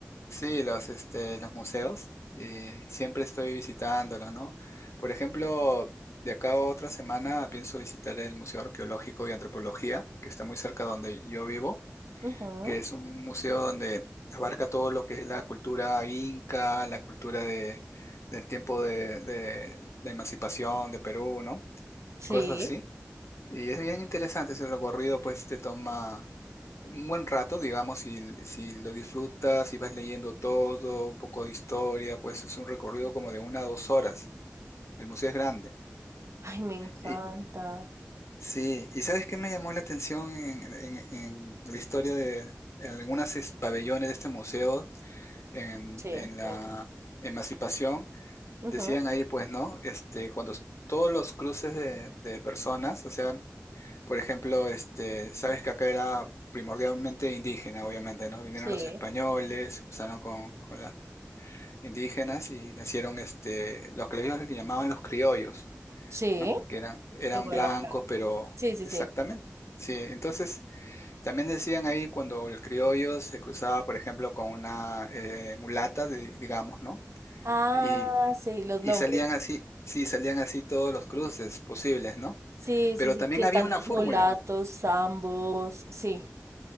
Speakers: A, on the left; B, on the right.
A: Sí, los, este, los museos, eh, siempre estoy visitándolos, ¿no? Por ejemplo, de acá a otra semana pienso visitar el Museo Arqueológico y Antropología, que está muy cerca donde yo vivo,
B: Ujú,
A: que es un museo donde abarca todo lo que es la cultura inca, la cultura de, del tiempo de, de la emancipación de Perú, ¿no?
B: Sí.
A: Y cosas así. Y es bien interesante ese recorrido, pues te toma un buen rato, digamos, si, si lo disfrutas, si vas leyendo todo, un poco de historia, pues es un recorrido como de una a dos horas. El museo es grande.
B: Ay, me encanta.
A: Y sí, ¿y sabes qué me llamó la atención en, en- en la historia de en algunos es- pabellones de este museo en,
B: Sí,
A: en la
B: bueno.
A: Emancipación?
B: ujú,
A: Decían ahí, pues, ¿no? Este, cuando s- todos los cruces de, de personas, o sea, Por ejemplo, este, sabes que acá era primordialmente indígena, obviamente, ¿no? Vinieron
B: Sí.
A: los españoles, se cruzaron con, con las indígenas y nacieron este, los que ellos le llamaban los criollos,
B: Sí.
A: ¿no? Que eran, eran
B: Igual
A: blancos,
B: acá.
A: pero
B: Sí, sí,
A: exactamente.
B: sí.
A: Sí, entonces también decían ahí cuando el criollo se cruzaba, por ejemplo, con una eh, mulata, di- digamos, ¿no?
B: Ah,
A: Y,
B: sí, los
A: y
B: nombres.
A: salían así, sí, salían así todos los cruces posibles, ¿no?
B: Sí,
A: Pero
B: sí, sí,
A: también
B: que están
A: había una
B: los
A: fórmula.
B: mulatos, zambos, sí.